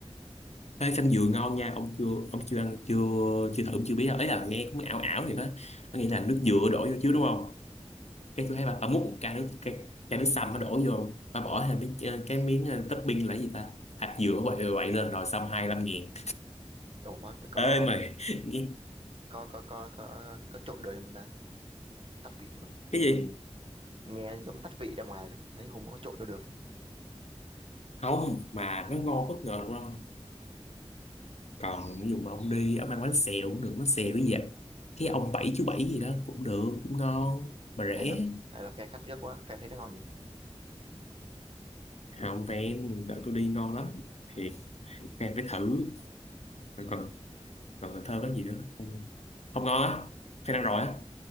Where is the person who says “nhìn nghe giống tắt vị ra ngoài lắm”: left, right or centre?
Right